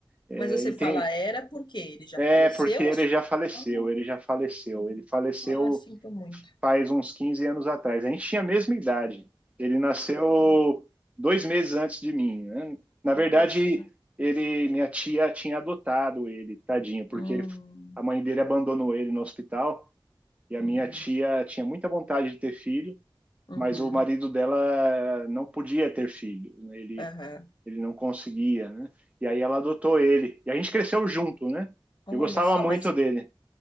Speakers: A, on the right; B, on the left.
A: É,
B: Mas você
A: e
B: fala
A: tem,
B: era porque ele já
A: é,
B: faleceu?
A: porque ele
B: ou só-
A: já faleceu,
B: Ah,
A: ele já faleceu.
B: que pena.
A: Ele faleceu
B: Ah, sinto muito.
A: faz uns 15 anos atrás. A gente tinha a mesma idade. Ele nasceu dois meses antes de mim. né? Na
B: Poxa.
A: verdade, ele, minha tia tinha adotado ele, tadinho, porque
B: Hum,
A: ele, a mãe dele abandonou ele no hospital. E a
B: hum,
A: minha tia tinha muita vontade de ter filho,
B: uhum,
A: mas o marido dela não podia ter filho. né? Ele
B: aham.
A: ele não conseguia, né? E aí ela adotou ele. E a gente cresceu junto, né?
B: Olha
A: Eu gostava
B: só,
A: muito
B: mas
A: dele.